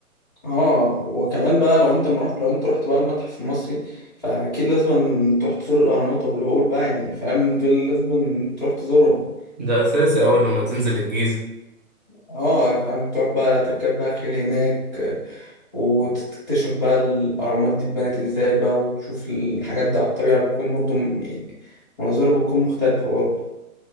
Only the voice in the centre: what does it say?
اه وكمان بقى لو انت مرحت لو انت رحت بقى المتحف المصري فأكيد لازم تروح تزور الأهرامات وأبو الهول بقى يعني فاهم دول لازم تروح تزورهم
اه فاهم تقعد بقى تركب بقى خيل هناك وتكتشف بقى الأهرامات دي اتبنت ازاي بقى وتشوف الحاجات دي على الطبيعة بيكون برضو م- يعني مناظرها بتكون مختلفة برضو